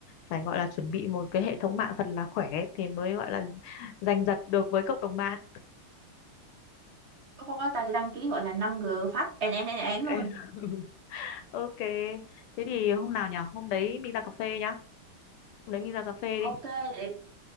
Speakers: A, on the left (about 80°); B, on the right (about 40°).
A: phải gọi là chuẩn bị một cái hệ thống mạng thật là khỏe thì mới gọi là giành giật được với cộng đồng mạng.
B: lúc đó ta sẽ đăng ký gọi là năm g phát én én én én luôn
A: Ê, <laughs> Ok. Thế thì hôm nào nhở? Hôm đấy mình ra cà phê nhá. Hôm đấy mình ra cà phê
B: ok
A: đi.
B: vậy